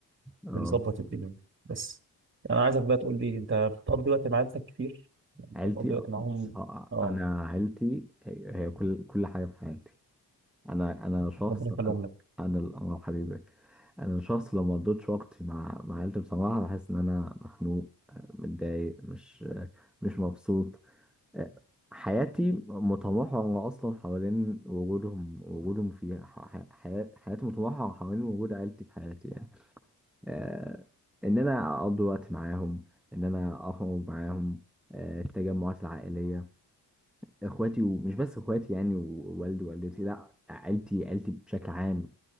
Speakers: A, in the centre; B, on the right.
A: اه
B: بنظبط الدنيا بس انا عايزك بقى تقول لي انت بتقضي وقت مع عيلتك كتير يعني انت
A: عيلتي
B: بتقضي وقت معاهم
A: بص، آه، آه،
B: اه
A: انا عيلتي هي هي كل كل حاجه في حياتي انا انا شخص
B: ربنا يخليهم لك
A: انا الامر حبيبي انا شخص لو ما قضيتش وقتي مع مع عيلتي بصراحه بحس ان انا مخنوق آه، متضايق مش آه، مش مبسوط حياتي متمحورة أصلا حوالين وجودهم وجودهم في ح- ح- حياة- حياتي متمحورة حوالين وجود عيلتي في حياتي يعني آه إن أنا أقضي وقت معاهم إن أنا أخرج معاهم آه التجمعات العائلية إخواتي ومش بس إخواتي يعني ووالدي ووالدتي لأ عيلتي عيلتي بشكل عام